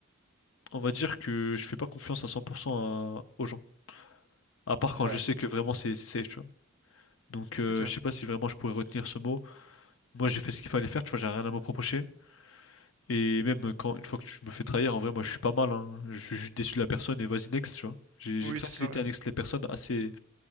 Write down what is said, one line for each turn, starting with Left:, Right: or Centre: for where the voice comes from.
Left: on va dire que je fais pas confiance à 100% à- aux gens. À part quand
Right: Ouais.
Left: je sais que vraiment c'est c'est safe, tu vois. Donc, euh,
Right: Ok.
Left: je sais pas si vraiment je pourrais retenir ce mot. Moi, j'ai fait ce qu'il fallait faire, tu vois, j'ai rien à me reprocher. Et même quand, une fois que je me fais trahir, en vrai, moi, je suis pas mal, hein. Je suis juste déçu de la personne et vas-y, next, tu vois. J'ai j'ai
Right: Oui,
Left: une facilité
Right: c'est ça, ouais.
Left: à next les personnes assez,